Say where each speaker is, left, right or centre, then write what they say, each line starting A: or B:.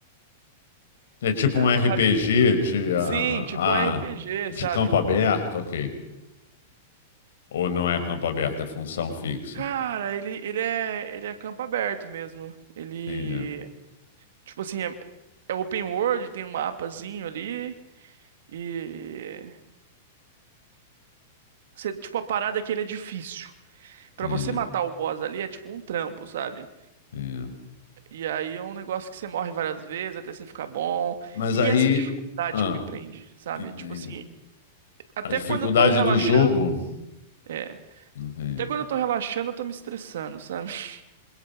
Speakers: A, on the left; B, on the right.
A: É tipo um RPG,
B: sabe?
A: ti- ah,
B: Sim, tipo
A: ah,
B: um RPG,
A: ah, de
B: sabe?
A: campo aberto, ok. Ou não é campo aberto, é função fixa.
B: Cara, ele, ele é ele é campo aberto mesmo. Ele,
A: Entendi,
B: tipo assim, é, é open world, tem um mapazinho ali e você, tipo, a parada é que ele é difícil. Pra
A: entendi,
B: você matar o boss ali é tipo um trampo, sabe?
A: entendi.
B: E aí é um negócio que você morre várias vezes até você ficar bom.
A: Mas
B: E
A: aí,
B: essa dificuldade
A: ah,
B: que me prende, sabe?
A: entendi.
B: Tipo assim, até
A: A dificuldade
B: quando eu tô relaxando,
A: do jogo,
B: é,
A: entendi.
B: até quando eu tô relaxando, eu tô me estressando, sabe? <laughs>